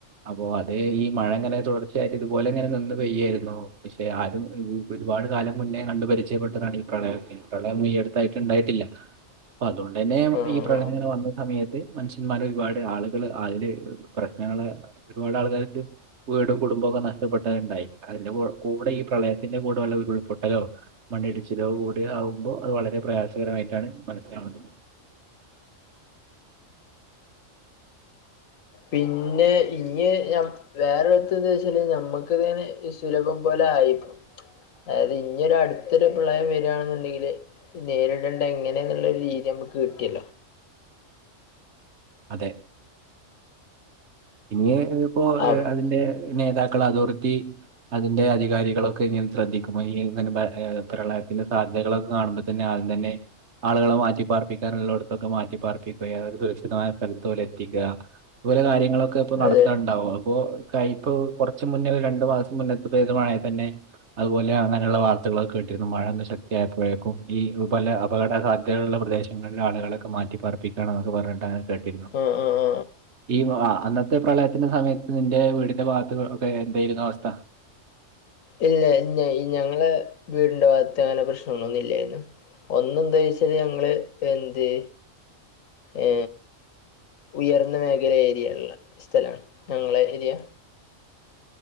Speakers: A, on the right; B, on the left.
A: അപ്പോ അത് ഈ മഴങ്ങനെ തുടർച്ചയായിട്ട് ഇതുപോലെ ഇങ്ങനെ നിന്ന് പെയ്യായിരുന്നു പക്ഷെ ആരും ഒരുപാട് കാലം മുന്നേ കണ്ടു പരിചയപ്പെട്ടതാണ് ഈ പ്രളയ ക്കെ പ്രളയന്നും ഈ അടുത്തായിട്ട് ണ്ടായിട്ടില്ല അപ്പൊ അതുകൊണ്ട് തന്നെ
B: ആ
A: ഈ പ്രളയങ്ങനെ
B: ആ.
A: വന്ന സമയത്ത് മനുഷ്യന്മാര് ഒരുപാട് ആളുകൾ ആയില് പ്രക്നങ്ങള് ഒരുപാട് ആൾക്കാർക്ക് വീടും കുടുംബും ഒക്കെ നഷ്ടപ്പെട്ട ണ്ടായി അതിന്റെ കൂ കൂടെ ഈ പ്രളയത്തിന്റെ കൂടെ ഉള്ള ഉരുൾപ്പെ ട്ടലും മണ്ണിടിച്ചിലോ കൂടി ആകുമ്പോ അത് വളരെ പ്രയാസകരമായിട്ടാണ് മനസ്സിലാവുന്നത്
B: പിന്നെ ഇഞ്ഞ് ഞാമ് വേറെത്ത് ന്താ വെച്ചാല് ഞമ്മക്ക് ഇങ്ങനെ ഈ സുലഭം പോലെ ആയേക്കും അതായത് ഇന്നെര് അടുത്തൊരു പ്രളയം വരാണ്ന്ന്ണ്ടെങ്കില് നേരിടേണ്ട എങ്ങനെയന്നുള്ളരു രീതി നമ്മുക്ക് കിട്ടിയല്ലോ
A: അതെ ഇനി ഇപ്പോഅതിന്റെ
B: അ-
A: നേതാക്കൾ അതോറിറ്റി അതിന്റെ അധികാരികളൊക്കെ ഇങ്ങനെ ശ്രദ്ധിക്ക്പോ ഇനി ഇങ്ങനെ പ്രളയത്തിന്റെ സാധ്യതകളൊക്കെ കാണുമ്പോ തന്നെ ആദ്യം തന്നെ ആളുകളെ മാറ്റിപ്പാർപ്പിക്കാന നുള്ളോടത്തൊക്കെ മാറ്റിപ്പാർപ്പിക്കുക അ സുരക്ഷിതമായ സ്ഥലത്തോലെ എത്തിക്കുക ഓലെ കാര്യങ്ങളൊക്കെ ഇപ്പൊ നടത്ത്ണ്ണ്ടാവും
B: അതെ
A: അപ്പൊ തായിപ്പൊ കുറച്ച് മുന്നേ രണ്ടു മാസം മുന്നേത്തെ പെയ്ത മഴ തന്നെ അതുപോലെ അങ്ങനെയുള്ള വാർത്തകളൊക്കെ കേട്ടിട്ടും മഴൊന്ന് ശക്തിയപ്പോഴേക്കും ഈ പല അപകട സാധ്യതകളുള്ള പ്രദേശം ഇങ്ങനെള്ള ആളുകളൊക്കെ മാറ്റിപ്പാപ്പിക്കുകാണ് എന്നൊ പറഞ്ഞിട്ട അങ്ങനെ കേട്ടിരുന്നു
B: ആഹ് ആഹ് ആഹ്
A: ഈ അന്നത്തെ പ്രളയത്തിന്റെ സമയത്ത് നിന്റെ വീടിന്റെ ഭാഗത്ത് ഒക്കെ എന്തായിരുന്നു അവസ്ഥ
B: ഇല്ല ഇ ഞങ്ങളെ വീടിന്റെ ഭാഗത്ത് അങ്ങനെ പ്രശ്നങ്ങളൊന്നുല്ലായിരുന്നു ഒന്ന് എന്തേച്ചല് ഞങ്ങള്ൾ എന്ത്യോ ഏ ഉയർന്ന മേഖല ഏരിയാണല്ലോ സ്ഥലമാണ് ഞങ്ങളെ ഏരിയ